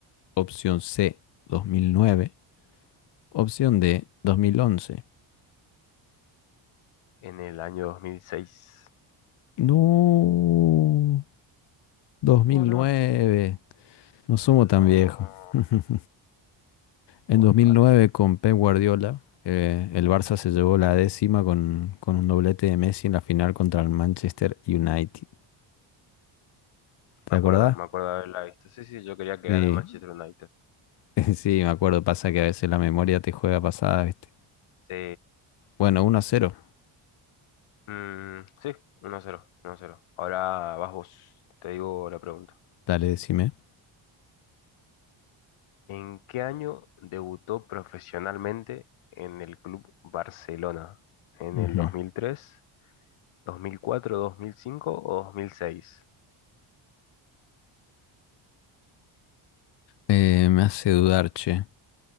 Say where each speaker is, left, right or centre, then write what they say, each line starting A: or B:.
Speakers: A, on the left (about 55°); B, on the left (about 80°).
A: Opción C, 2009. Opción D, 2011.
B: En el año 2006.
A: No, 2009.
B: ¿Cómo no?
A: No somos tan
B: No.
A: viejos. <laughs>
B: Bueno,
A: En 2009
B: dale.
A: con Pep Guardiola, eh, el Barça se llevó la décima con, con un doblete de Messi en la final contra el Manchester United. ¿Te
B: Me
A: acordás?
B: acuerdo, me acuerdo de haberla visto. Sí, sí, yo quería que
A: Sí,
B: gane el Manchester United.
A: <laughs> sí, me acuerdo. Pasa que a veces la memoria te juega pasada, ¿viste?
B: Sí.
A: Bueno, uno a cero
B: Mm, sí, uno a cero, uno a cero. Ahora vas vos. Te digo la pregunta.
A: Dale, decime.
B: ¿En qué año debutó profesionalmente en el Club Barcelona? ¿En
A: Ujú.
B: el 2003, 2004, 2005 o 2006?
A: Eh, me hace dudar, che.